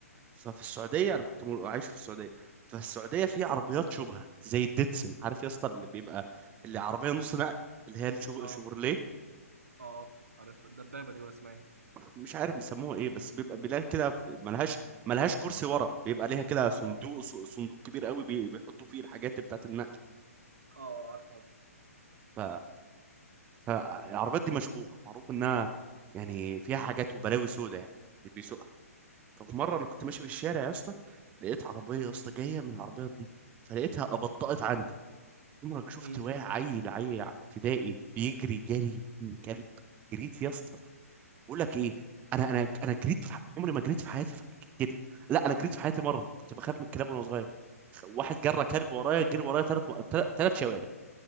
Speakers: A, on the right; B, on the right.
A: ففي السعوديه انا كنت مول- عايش في السعوديه ففي السعوديه في عربيات شبهه زي الديتسن عارف يا اسطى اللي بيبقى اللي عربيه نص نقل اللي هي الشوفرليه
B: أه أه عارف الدبابة دي ولا اسمها إيه
A: مش عارف بيسموها ايه بس بيبقى بيلاقي كده في- ملهاش ملهاش كرسي ورا بيبقى ليها كده
B: أه
A: صندوق
B: أه
A: ص- صندوق كبير قوي بي- بيحطوا فيه الحاجات بتاعت النقل
B: أه عارف عارف
A: ف... فالعربيات دي مشبوهه معروف انها يعني فيها حاجات وبلاوي سودة يعني اللي بيسوقها ففي مره انا كنت ماشي في الشارع يا اسطى لقيت عربيه يا اسطى جايه من العربيات دي فلقيتها ابطأت عندي عمرك شفت
B: أمم
A: واحد عيل عيل ابتدائي بيجري جري من كلب جريت يا اسطى بقول لك ايه انا انا انا جريت في ح- عمري ما جريت في حياتي في- كده لا انا جريت في حياتي مره كنت بخاف من الكلاب وانا صغير خ- واحد جرى كلب ورايا جري ورايا ثلاث ثلاث شوارع